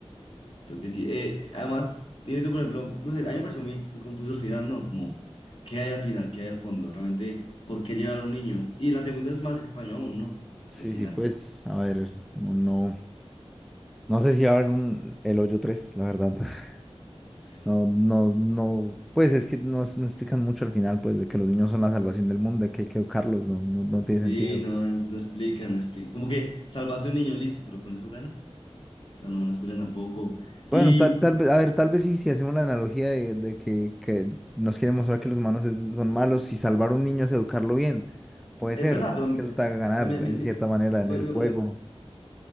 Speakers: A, on the left; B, in the centre.
A: Yo que sí. Eh, además, dime tú, por ejemplo, no sé, a mí me pareció muy, muy confuso el final, ¿no? Como, ¿qué hay al final? ¿Qué hay al fondo? Realmente, ¿por qué llevar a un niño? Y la segunda es más extraño aún, ¿no?
B: Sí,
A: El final.
B: sí, pues, a ver, no, no, no sé si va a haber un El Hoyo tres la verdad. <laughs>
A: No creo.
B: No, no, no, pues es que no, no explican mucho al final, pues, de que los niños son la salvación del mundo, de que hay que educarlos, no, no, no tiene
A: Sí,
B: sentido.
A: no, no explica, no explica. Como que salvaste a un niño, listo, pero con eso ganas. O sea, no, no explican tampoco. Y
B: Bueno, tal, tal vez, a ver, tal vez sí, si hacemos la analogía de, de que, que nos quiere mostrar que los humanos es- son malos y salvar a un niño es educarlo bien. Puede
A: es
B: ser
A: verdad, pero,
B: que eso te haga ganar
A: pero mi- mi-
B: en
A: mi-
B: cierta manera
A: igual,
B: en el
A: igual-
B: juego.
A: igual-